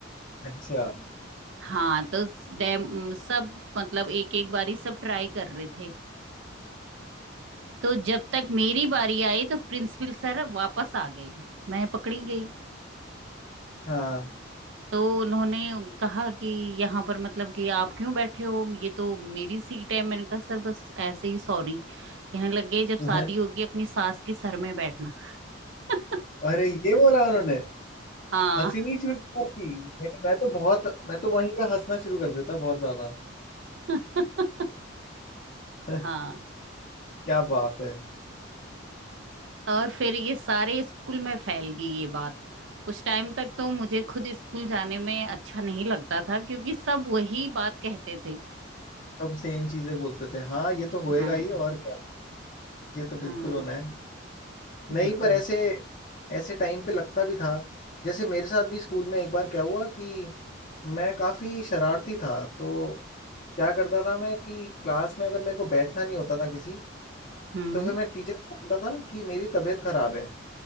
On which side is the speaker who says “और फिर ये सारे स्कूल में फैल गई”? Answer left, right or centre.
Right